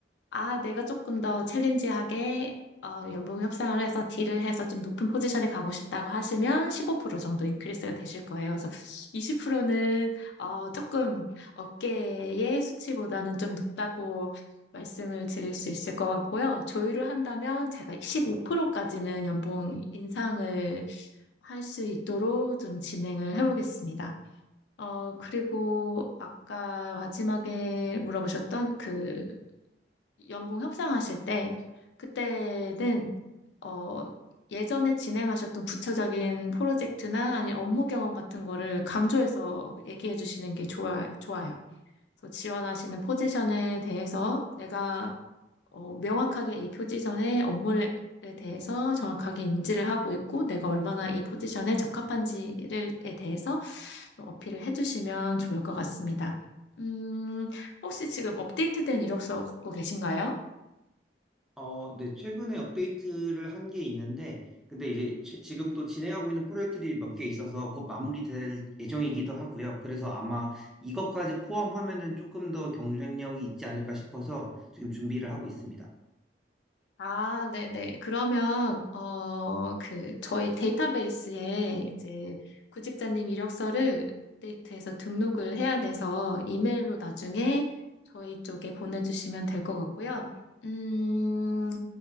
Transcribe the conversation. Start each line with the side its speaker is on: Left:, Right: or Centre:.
Left: 아, 내가 조금 더 챌린지하게 어, 연봉 협상을 해서 딜을 해서 좀 높은 포지션에 가고 싶다고 하시면 15% 정도 인크리스가 되실 거예요. 그래서 20%는 어, 조금 업계의 수치보다는 좀 높다고 말씀을 드릴 수 있을 것 같고요. 조율을 한다면 제가 15%까지는 연봉 인상을 할 수 있도록 좀 진행을 해보겠습니다. 어, 그리고 아까 마지막에 물어보셨던 그 연봉 협상하실 때 그때는 어 예전에 진행하셨던 구체적인 프로젝트나 아니 업무 경험 같은 거를 강조해서 얘기해 주시는 게 좋아, 좋아요. 그래서 지원하시는 포지션에 대해서 내가 어, 명확하게 이 포지션의 업무에 대해서 정확하게 인지를 하고 있고 내가 얼마나 이 포지션에 적합한지를 에 대해서 좀 어필을 해주시면 좋을 것 같습니다. 음, 혹시 지금 업데이트된 이력서 갖고 계신가요?
Centre: 어, 네, 최근에 업데이트를 한 게 있는데, 근데 이제 지- 지금 또 진행하고 있는 프로젝트들이 몇 개 있어서 곧 마무리될 예정이기도 하고요. 그래서 아마 이것까지 포함하면은 조금 더 경쟁력이 있지 않을까 싶어서 지금 준비를 하고 있습니다.
Left: 아, 네네. 그러면, 어, 그, 저희 데이터베이스에 이제 구직자님 이력서를 업데이트해서 등록을 해야 돼서 이메일로 나중에 저희 쪽에 보내주시면 될 것 같고요. 음,